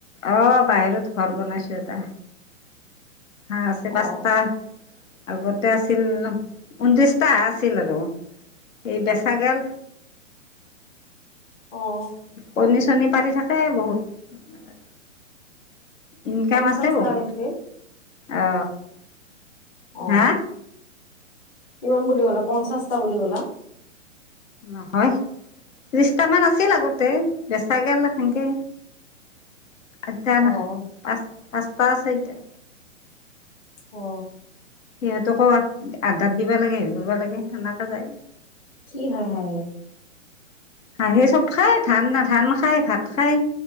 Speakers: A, on the left; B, on the left.
A: অ, বাহিৰত ঘৰ বনাইছোঁ এটা। হা, <inaudible>
B: অ
A: আগতে, আছিল ঊনত্ৰিশটা আছিল আৰু সেই বেচাগাল।
B: অ,
A: কণী-চণী পাৰি থাকে বহুত। ইনকাম
B: পঞ্চাশটা
A: আছে বহুত,
B: আহিছিল।
A: অ,
B: অ,
A: হা
B: কিমান বুলি ক'লা, পঞ্চাশটা বুলি ক'লা।
A: নহয়, ত্ৰিশটামান আছিল আগতে, বেচা গে'ল সেনেকে।
B: <inaudible>
A: <inaudible> পাচ-পাচটা
B: অ'।
A: আছে এতিয়া।
B: অ,
A: সিহঁতক কোৱা, আধডাত দিবা লাগে, হেৰি কৰিবা লাগে, সেনেকে যায়।
B: কি হাঁহ <inaudible>
A: হাঁহে চব খায়, ধান <unintelligible> ধান খায়, ভাত খায়,